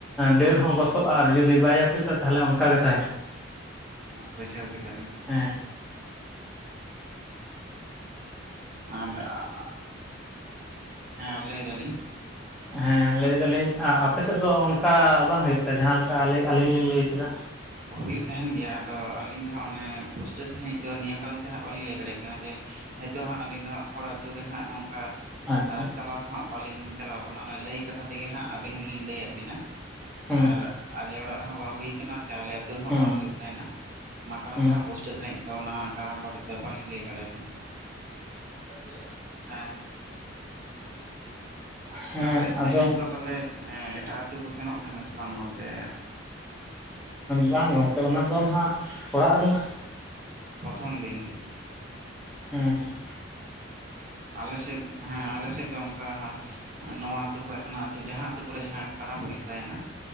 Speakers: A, in the centre; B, on the right.
A: ᱰᱟᱹᱨ ᱦᱚᱸ ᱜᱚᱥᱚᱜᱼᱟ, ᱟᱨ ᱵᱟᱭ ᱡᱟᱯᱤᱫᱟ ᱛᱟᱦᱟᱞᱮ ᱚᱱᱠᱟ ᱜᱮ ᱛᱟᱦᱮᱱᱟ ᱾
B: ᱵᱩᱡᱷᱟᱹᱣ ᱠᱮᱫᱟᱞᱤᱧ᱾
A: ᱦᱮᱸ᱾
B: ᱟᱨ ᱟᱜᱻ ᱦᱮᱸ ᱞᱮᱭ ᱫᱟᱞᱤᱧ
A: ᱦᱮᱸ ᱞᱮᱭᱫᱟᱞᱤᱧ ᱟᱼᱟᱯᱮᱥᱮᱫ ᱫᱚ ᱚᱱᱠᱟ ᱵᱟᱝ ᱦᱩᱭᱩᱜ ᱛᱮ ᱡᱟᱸᱦᱟᱸ ᱞᱮᱠᱟ ᱟᱼᱟᱹᱞᱤᱧ ᱞᱤᱧ ᱞᱮᱭ ᱠᱮᱫᱟ?
B: ᱦᱩᱭᱩᱜ ᱛᱟᱦᱮᱱ ᱜᱮᱭᱟ ᱟᱫᱚ ᱟᱹᱞᱤᱧ ᱫᱚ ᱦᱟᱸᱜ ᱚᱱᱮ ᱯᱩᱥᱴᱟᱹᱣ ᱥᱟᱺᱦᱤᱡ ᱫᱚ ᱱᱤᱭᱟᱹ ᱠᱟᱨᱚᱱ ᱛᱮ ᱦᱟᱸᱜ ᱵᱟᱹᱞᱤᱧ ᱞᱟᱹᱭ ᱫᱟᱲᱮᱭᱟᱜ ᱠᱟᱱᱟ᱾ ᱡᱮ ᱦᱤᱛᱚᱜ ᱦᱟᱸᱜ ᱟᱹᱞᱤᱧ ᱫᱚ ᱦᱟᱸᱜ ᱦᱚᱲ ᱟᱛᱩ ᱨᱮ ᱦᱟᱸᱜ ᱚᱱᱠᱟ
A: ᱟᱪᱪᱷᱟ
B: ᱟ ᱪᱟᱞᱟᱣ ᱦᱚᱸ ᱦᱟᱸᱜ ᱵᱟᱹᱞᱤᱧ ᱪᱟᱞᱟᱣ ᱠᱟᱱᱟ, ᱚᱱᱮ ᱞᱮᱭ ᱠᱟᱛᱷᱟ ᱛᱮᱜᱮ ᱦᱟᱸᱜ ᱟᱹᱵᱤᱱ ᱦᱚᱸᱞᱤᱧ ᱞᱮᱭᱟᱫ ᱵᱤᱱᱟ ᱾
A: ᱦᱮᱸ
B: ᱟᱨ ᱟᱞᱮ ᱚᱲᱟᱜ ᱨᱮᱦᱚᱸ ᱵᱟᱝ ᱦᱩᱭ ᱠᱟᱱᱟ ᱥᱮ ᱟᱞᱮ ᱛᱟᱹᱨ ᱦᱚᱸ
A: ᱦᱮᱸ
B: ᱵᱟᱝ ᱦᱩᱭᱩᱜ ᱛᱟᱦᱮᱱᱟ, ᱚᱱᱟ ᱠᱟᱨᱚᱱ
A: ᱦᱮᱸ
B: ᱛᱮ ᱦᱟᱸᱜ ᱯᱩᱥᱴᱟᱹ ᱥᱟᱹᱦᱤᱡ ᱫᱚ ᱚᱱᱟ ᱠᱟᱨᱚᱱ ᱵᱟ ᱫᱚ ᱵᱟᱹᱞᱤᱧ ᱞᱟᱹᱭ ᱫᱟᱲᱮᱭᱟᱵᱤᱱ ᱠᱟᱱᱟ ᱾ ᱦᱮᱸ
A: ᱦᱮᱸ
B: ᱟᱨ
A: ᱟᱫᱚ
B: ᱮᱱᱮᱡ ᱫᱚ ᱛᱟᱦᱟᱞᱮ ᱮᱴᱟᱜ ᱟᱹᱛᱩ ᱠᱚ ᱥᱮᱱᱚᱜ ᱛᱟᱦᱮᱱᱟ ᱥᱮ ᱵᱟᱝ ᱜᱚᱢᱠᱮ?
A: ᱵᱟᱝ ᱜᱚᱢᱠᱮ ᱚᱱᱟ ᱫᱚ ᱱᱟᱜ ᱚᱲᱟᱜ ᱨᱮᱱᱟᱜ᱾
B: ᱯᱚᱛᱷᱚᱢ ᱫᱤᱱ᱾
A: ᱦᱩᱸ ᱦᱩᱸ
B: ᱟᱞᱮ ᱥᱮᱫ ᱦᱮᱸ ᱟᱞᱮ ᱥᱮᱫ ᱫᱚ ᱚᱱᱠᱟ, ᱱᱚᱣᱟ ᱟᱛᱩ ᱠᱷᱚᱡ ᱦᱟᱱᱟ ᱟᱛᱩ ᱡᱟᱦᱟᱸ ᱟᱹᱛᱩ ᱠᱚᱨᱮ ᱡᱟᱦᱟᱸ ᱠᱟᱨᱟᱢ ᱦᱩᱭᱩᱜ ᱛᱟᱦᱮᱱᱟ,